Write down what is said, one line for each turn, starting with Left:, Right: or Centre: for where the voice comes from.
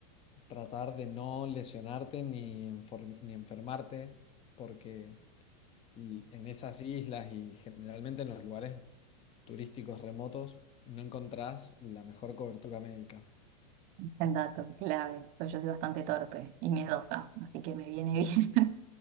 Left: tratar de no lesionarte ni, enfor- ni enfermarte, porque l- en esas islas y generalmente en los lugares turísticos remotos no encontrás la mejor cobertura médica.
Right: El dato clave, pues yo soy bastante torpe y miedosa, así que me viene bien